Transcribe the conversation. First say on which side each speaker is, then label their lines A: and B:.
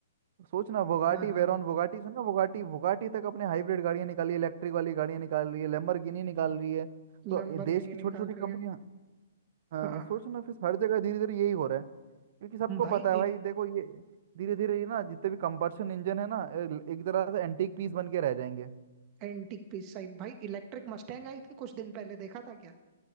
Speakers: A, on the right (about 50°); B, on the right (about 35°).
A: सोचना वोगाटी
B: हाँ हाँ
A: वेरॉन वोगाटी सुना वोगाटी वोगाटी तक अपने हाइब्रिड गाड़ियां निकाली इलेक्ट्रिक वाली गाड़ियां निकाल रही है लैम्बोर्गिनी निकाल रही है तो
B: लैम्बोर्गिनी
A: ये देश की छोटी
B: निकाल
A: छोटी कंपनियां
B: रही है
A: हाँ
B: हाँ
A: सोचना फिर हर जगह धीरे धीरे यही हो रहा है क्योंकि सबको
B: भाई
A: पता है भाई देखो ये धीरे धीरे ये ना जितने भी कंबर्शन इंजन है ना ए- एक तरह से एंटीक पीस बन के रह जाएंगे
B: एंटीक पीस साइड भाई इलेक्ट्रिक मस्टैंग आई थी कुछ दिन पहले देखा था क्या